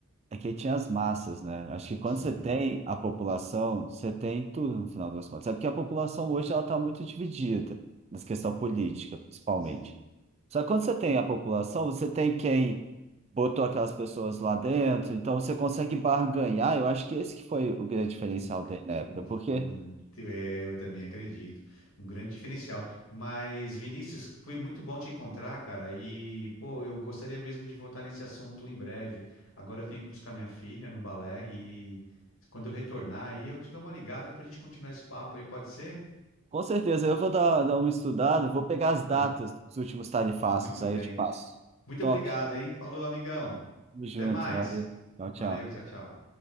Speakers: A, on the right; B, on the left.
A: é que ele tinha as massas, né? Acho que quando
B: Tinha.
A: você tem a população, você tem tudo no final das contas. É porque a população hoje ela está muito dividida, nessa questão política,
B: Sim,
A: principalmente.
B: sim.
A: Só que quando você tem a população, você tem quem botou aquelas pessoas lá dentro, então você consegue barganhar. Eu acho que esse que foi o grande diferencial
B: O, o-
A: dele na época, porque
B: o- é, eu também acredito. Um grande diferencial. Mas, Vinícius, foi muito bom te encontrar, cara. E, pô, eu gostaria mesmo de voltar nesse assunto em breve. Agora eu tenho que buscar minha filha no balé e quando eu retornar aí eu te dou uma ligada pra gente continuar esse papo aí, pode ser?
A: Com certeza, eu vou dar, dar uma estudada, vou pegar as
B: Tá.
A: datas dos últimos tarifácios,
B: Muito
A: aí
B: bem.
A: eu te passo.
B: Muito
A: Top.
B: obrigado, hein? Falou, amigão.
A: Tamo junto,
B: Até mais.
A: valeu. Tchau, tchau.
B: Valeu, tchau, tchau.